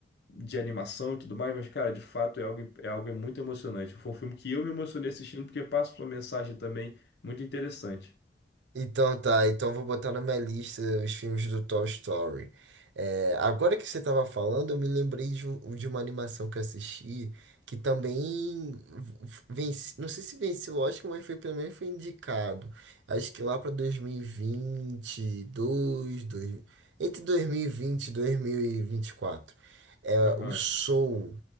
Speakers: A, on the left; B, on the right.
A: de animação e tudo mais, mas, cara, de fato é algo, é algo muito emocionante. Foi um filme que eu me emocionei assistindo porque passa uma mensagem também muito interessante.
B: Então tá, então eu vou botar na minha lista os filmes do Toy Story. É, agora que você estava falando, eu me lembrei de, um- de uma animação que eu assisti que também vence, não sei se venceu o Oscar, mas foi pelo menos foi indicado. Acho que lá para 2022, dois, dois entre dois mil e vinte vinte dois mil e vinte e quatro É,
A: Aham.
B: o Soul,